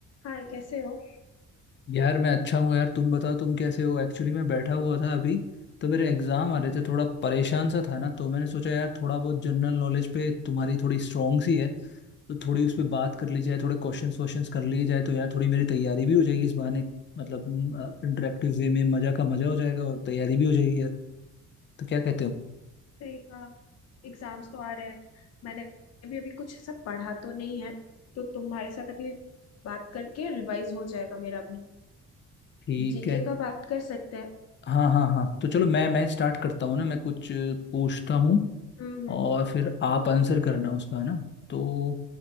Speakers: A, on the left (about 55°); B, on the left (about 35°).
A: हाय कैसे हो
B: यार मैं अच्छा हूँ यार तुम बताओ तुम कैसे हो एक्चुअली मैं बैठा हुआ था अभी तो मेरे एग्जाम आ रहे थे थोड़ा परेशान सा था ना तो मैंने सोचा यार थोड़ा बहुत जनरल नॉलेज पे तुम्हारी थोड़ी स्ट्रॉन्ग सी है तो थोड़ी उस पर बात कर ली जाए थोड़े क्वेश्चंस क्वेश्चंस कर लिए जाए तो यार थोड़ी मेरी तैयारी भी हो जाएगी इस बहाने मतलब इंटरेक्टिव वे में मजा का मजा हो जाएगा और तैयारी भी हो जाएगी यार तो क्या कहते हो
A: सही कहा एग्जाम्स तो आ रहे हैं मैंने भी अभी कुछ सब पढ़ा तो नहीं है तो तुम्हारे साथ अभी बात करके रिवाइज हो जाएगा मेरा भी
B: ठीक
A: जीके
B: है
A: का बात कर सकते हैं
B: हाँ हाँ हाँ तो चलो मैं मैं स्टार्ट करता हूँ ना मैं कुछ पूछता हूँ
A: हम्म
B: और फिर आप आंसर करना उसका है ना तो